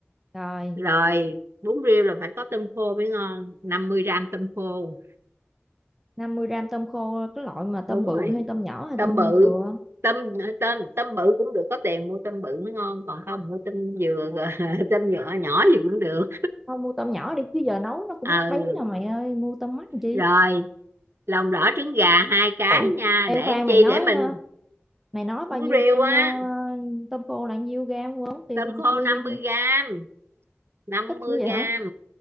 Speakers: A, in the centre; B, on the right.
A: Rồi,
B: rồi bún riêu là phải có tôm khô mới ngon 50 gram tôm khô
A: năm mươi gram tôm khô cái loại mà tôm
B: đúng
A: bự
B: rồi
A: hay tôm nhỏ hay
B: tôm
A: tôm
B: bự
A: dừa.
B: tôm tôm tôm bự cũng được có tiền mua tôm bự mới ngon còn không mua tôm dừa <laughs> rồi tôm nhựa <laughs> nhỏ gì cũng được
A: Thôi mua tôm nhỏ đi chứ giờ nấu nó cũng
B: ừ
A: nát bấy rồi mày ơi, mua tôm mắt làm chi.
B: rồi lòng đỏ trứng gà hai cái
A: Ôi,
B: nha
A: ê
B: để
A: khoan
B: làm chi
A: mày nói
B: để mình
A: ờ, mày nói bao
B: muốn
A: nhiêu
B: riêu
A: gram
B: á
A: ờ, tôm khô là nhiêu gram quên mất tiêu
B: tôm
A: tôi
B: khô
A: chưa
B: 50
A: ghi nữa.
B: gram năm
A: Ít
B: mươi
A: như vậy
B: gram
A: hả?